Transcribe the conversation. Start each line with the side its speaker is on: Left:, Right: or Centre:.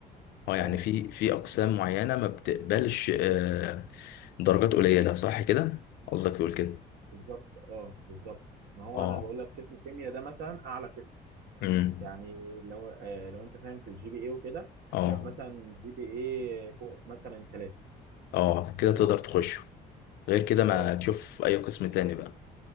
Left: اه يعني
Right: فاهم؟
Left: في في اقسام معينه ما بتقبلش آه درجات قليله صح كده قصدك تقول كده
Right: بالظبط اه بالظبط ما هو
Left: اه
Right: أنا بقول لك قسم الكيمياء ده مثلا أعلى قسم
Left: امم
Right: يعني لو آه، لو أنت فاهم في الجي بي إيه وكده
Left: اه
Right: يبقى مثلا جي بي إيه فوق مثلا التلاتة
Left: اه كده
Right: فاهم؟
Left: تقدر تخش غير كده
Right: اه
Left: ما تشوف اي قسم تاني بقى